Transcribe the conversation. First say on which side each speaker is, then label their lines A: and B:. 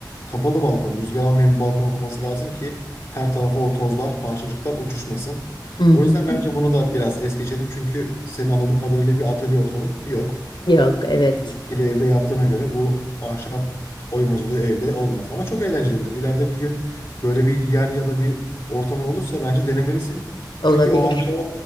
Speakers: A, on the left; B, on the left.
A: kapalı balkon, rüzgar almayan bir balkon olması lazım ki her tarafa o tozlar, parçacıklar uçuşmasın.
B: Hı hı.
A: O yüzden bence
B: hı hı.
A: bunu da biraz es geçelim çünkü senin anladığım kadarıyla bir atölye ortamın yok.
B: Yok, evet.
A: İkili evde yaptığına göre bu ahşap oymacılığı evde olmaz. Ama çok eğlencelidir. İleride bir gün böyle bir yer ya da bir ortamın olursa bence denemelisin.
B: Olabilir.
A: Çünkü o ahşaba,